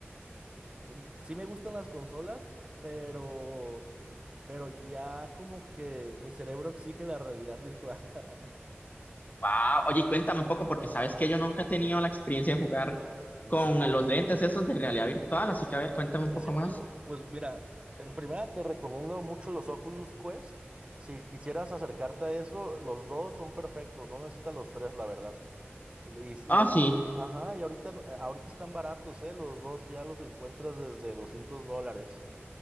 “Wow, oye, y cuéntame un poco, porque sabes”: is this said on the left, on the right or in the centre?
Left